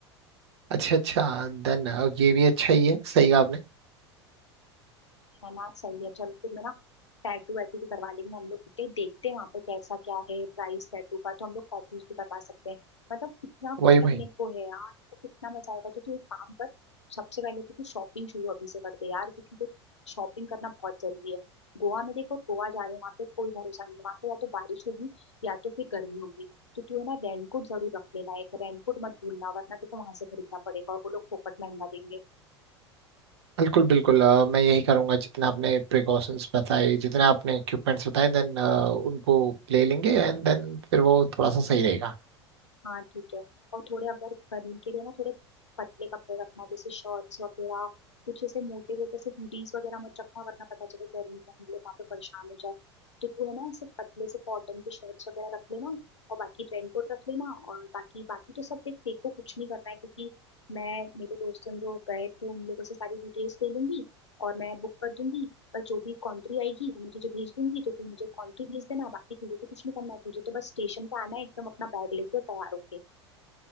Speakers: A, on the right; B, on the left.
A: अच्छा अच्छा देन अब ये भी अच्छा ही है सही कहा आपने
B: चला सही है चल फिर मैं ना टैटू वैटू भी करवा लेंगे हम लोग कितने देखते हैं वहाँ पे कैसा क्या है प्राइस टैटू का तो हम लोग कॉपीज भी करवा सकते हैं मतलब कितना कुछ
A: वही वही
B: करने को है यार तो कितना मजा आएगा तो तू एक काम कर सबसे पहले तो तू शॉपिंग शुरू अभी से कर दे यार क्योंकि तो शॉपिंग करना बहुत जरूरी है गोवा में देखो गोवा जा रहे हैं वहाँ पे कोई भरोसा नहीं है। वहाँ पे या तो बारिश होगी या तो फिर गर्मी होगी तो तू है ना रेनकोट जरूर रख लेना एक रेनकोट मत भूलना वरना देखो वहां से खरीदना पड़ेगा और वो लोग फोकट महंगा देंगे
A: बिल्कुल बिल्कुल अ, मैं यही करूंगा जितना आपने प्रिकॉशंस बताए जितने आपने इक्विपमेंट्स बताए देन उनको ले लेंगे एंड देन फिर वो थोड़ा सा सही रहेगा
B: हाँ ठीक है और थोड़े अगर गर्मी के लिए ना थोड़े पतले कपड़े रखना जैसे शॉर्ट्स वगैरह कुछ ऐसे मोटे मोटे से हुडीज वगैरह मत रखना वरना पता चले गर्मी में हम लोग वहाँ पे परेशान हो जाए तो तू है ना ऐसे पतले से कॉटन की शर्ट्स वगैरह रख लेना और बाकी रेन कोट रख लेना और बाकी बाकी तो सब देख देखो कुछ नहीं करना है क्योंकि मैं मेरे दोस्तों जो गए थे उन लोगों से सारी डिटेल्स ले लूंगी और मैं बुक कर दूंगी और जो भी कंट्री आएगी वो मैं तुझे भेज दूंगी तो तू मुझे कंट्री भेज देना बाकी तुझे तो कुछ नहीं करना है तुझे तो बस स्टेशन पे आना है एकदम अपना बैग लेके और तैयार होके